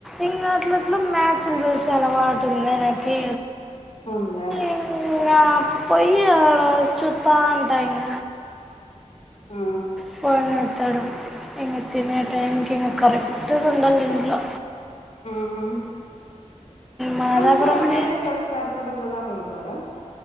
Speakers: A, in the centre; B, on the left.
A: ఇంగ అట్లెట్ల మ్యాచ్లు చూసేది అలవాటు ఉంది ఆయనకి
B: అవునులే
A: ఏదో అబ్బాయి చుట్టాలాంట ఆయన
B: ఆ
A: ఫోన్ ఎత్తడు ఇగ తినే టైంకి ఇగ కరెక్ట్ ఉండరు ఇంట్లో
B: మ్మ్
A: మాదాపురం
B: అందరు అమ్మాయిలు
A: పోయి
B: కలిసి ఆడుకుంటూ పోదాము అనుకోరా